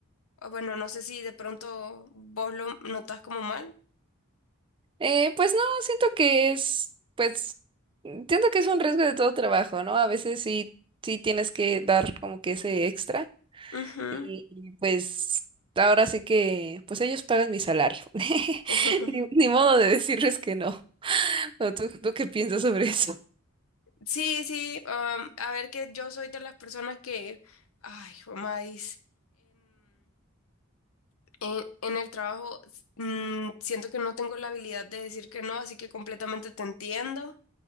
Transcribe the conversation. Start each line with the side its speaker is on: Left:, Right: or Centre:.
Left: O bueno, no sé si de pronto vos lo notas como mal.
Right: Eh, pues no, siento que es, pues, mm, siento que es un riesgo de todo trabajo, ¿no? A veces sí, sí tienes que dar como que ese extra.
Left: Ujú.
Right: Y y, pues ahora sí que, pues ellos pagan mi salario. <laughs>
Left: <laughs>
Right: Ni, ni modo de decirles que no. ¿O ¿Tú, tú qué piensas sobre eso?
Left: Sí, sí. um, a ver que yo soy de las personas que, ay, mamá, en, en, en el trabajo mm, siento que no tengo la habilidad de decir que no, así que completamente te entiendo.